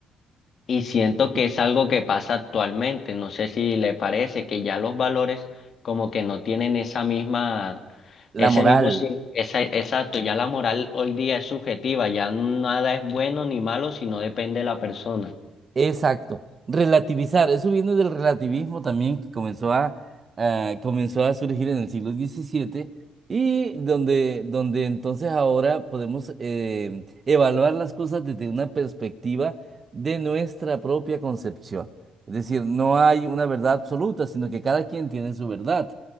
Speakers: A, on the left (about 55°); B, on the right (about 40°).
A: Y siento
B: sí.
A: que es algo que pasa actualmente. No sé si le parece que ya los valores como que no tienen esa misma,
B: La
A: ese
B: moral.
A: mismo, sin- esa, exacto, ya la moral hoy día es subjetiva, ya nada es bueno ni malo, sino depende de la persona.
B: Exacto. Relativizar. Eso viene del relativismo también que comenzó a, ah, comenzó a surgir en el siglo XVII y donde, donde entonces ahora podemos eh, evaluar las cosas desde una perspectiva de nuestra propia concepción. Es decir, no hay una verdad absoluta, sino que cada quien tiene su verdad.